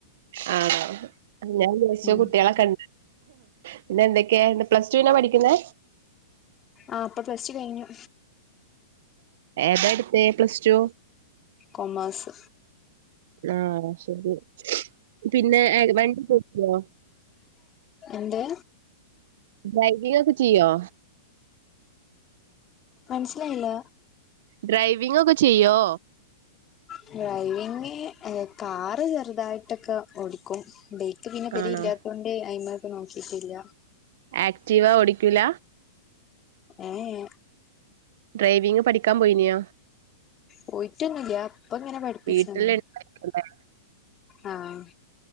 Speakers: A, on the right; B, on the left.
A: ആഹ്, ഞാൻ ചോദിച്ച
B: ഉം
A: കുട്ടിയളൊക്കെ പിന്നെ എന്തൊക്കെയാ ന്താ പ്ലസ് ടുവിനാ പഠിക്കുന്നെ?
B: ആഹ്, ഇപ്പൊ പ്ലസ്റ്റു കഴിഞ്ഞു.
A: ഏതാ എടുത്തെ പ്ലസ് ടു?
B: കോമേഴ്സ്.
A: ആഹ്, ശരി പിന്നെ <unintelligible>
B: എന്ത്?
A: ഡ്രൈവിങ്ങൊക്കെ ചെയ്യോ?
B: മനസിലായില്ല?
A: ഡ്രൈവിംഗ് ഒക്കെ ചെയ്യോ?
B: ഡ്രൈവിങ് എ കാറ് ചെറുതായിട്ടൊക്കെ ഓടിക്കും. ത്ത് പിന്നെ പെരീൽ
A: ആണോ
B: ഇല്ലാത്തൊണ്ട് അയി്മക്ക് നോക്കിട്ടില്ല.
A: ആക്റ്റീവാ ഓടിക്കൂല?
B: ഏ ഏ
A: ഡ്രൈവിംഗ് പഠിക്കാൻ പോയി നോ?
B: പോയിട്ടൊന്നുല്ല, ഇപ്പ ഇങ്ങനെ പഠിപ്പിച്ചന്നതാ.
A: വീട്ടില് ഉണ്ടായിരിക്കുംല്ലേ
B: ആഹ്